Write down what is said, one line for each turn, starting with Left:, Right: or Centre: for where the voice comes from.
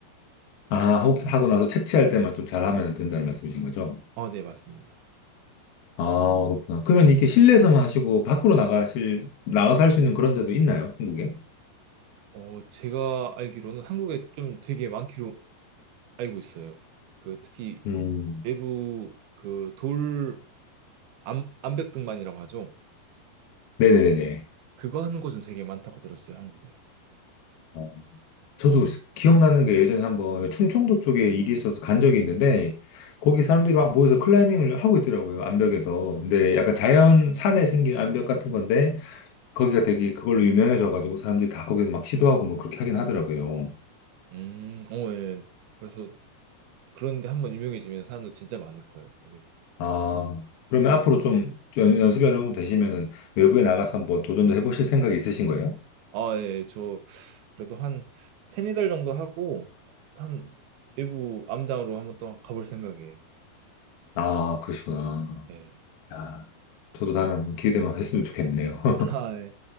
Left: 아, 하고, 하고 나서 채취할 때만 좀 잘하면 된다는 말씀이신 거죠?
Right: 어, 네, 맞습니다.
Left: 아, 그렇구나. 그러면 이게 실내에서만 하시고 밖으로 나가실, 나가서 할 수 있는 그런 데도 있나요? 한국에?
Right: 어, 제가 알기로는 한국에 좀 되게 많기로 알고 있어요. 그 특히
Left: 음.
Right: 외부 그 돌 암, 암벽등반이라고 하죠.
Left: 네네네네.
Right: 그거 하는 곳은 되게 많다고 들었어요, 한국에.
Left: 어, 저도 스- 기억나는 게 예전에 한번 충청도 쪽에 일이 있어서 간 적이 있는데 거기 사람들이 막 모여서 클라이밍을 하고 있더라고요. 암벽에서. 근데 약간 자연 산에 생긴 암벽 같은 건데 거기가 되게 그걸로 유명해져가지고 사람들이 다 거기서 막 시도하고 뭐 그렇게 하긴 하더라고요.
Right: 음, 어, 예. 그래서 그런데 한번 유명해지면 사람들 진짜 많을 거예요, 거기.
Left: 아, 그러면 앞으로 좀 연- 연습이 어느 정도 되시면은 외부에 나가서 한번 도전도 해보실 생각이 있으신 거예요?
Right: 아, 예. 저 그래도 한 세네 달 정도 하고 한 외부 암장으로 한번 또 가볼 생각이에요.
Left: 아, 그러시구나.
Right: 예.
Left: 아, 저도 다음에 한번 기회 되면 했으면 좋겠네요. <laughs>
Right: 아, 예.